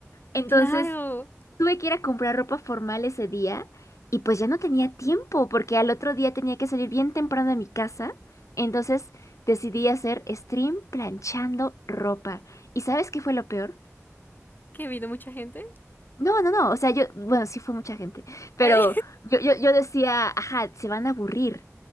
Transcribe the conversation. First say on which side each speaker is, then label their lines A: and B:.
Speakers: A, on the left (about 85°); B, on the left (about 40°).
A: Entonces
B: Claro,
A: tuve que ir a comprar ropa formal ese día y pues ya no tenía tiempo porque al otro día tenía que salir bien temprano de mi casa. Entonces decidí hacer stream planchando ropa. ¿Y sabes qué fue lo peor?
B: que vino mucha gente.
A: No, no, no, o sea, yo, bueno, sí fue mucha gente, pero
B: Ay.
A: yo, yo, yo decía, ajá, se van a aburrir.